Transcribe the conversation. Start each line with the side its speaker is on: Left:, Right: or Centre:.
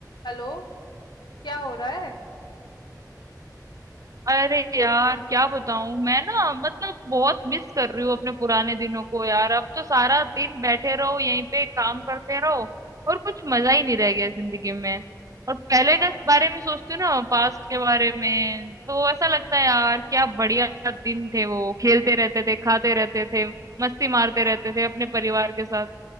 Left: Hello क्या हो रहा है
Right: अरे यार क्या बताऊं मैं ना मतलब बहुत मिस कर रही हूँ अपने पुराने दिनों को यार अब तो सारा दिन बैठे रहो यहीं पे काम करते रहो और कुछ मजा ही नहीं रह गया जिंदगी में और पहले
Left: हाँ
Right: के बारे में सोचती हूँ ना पास्ट के बारे में तो ऐसा लगता है यार क्या बढ़िया दिन थे वो खेलते रहते थे खाते रहते थे मस्ती मारते रहते थे अपने परिवार के साथ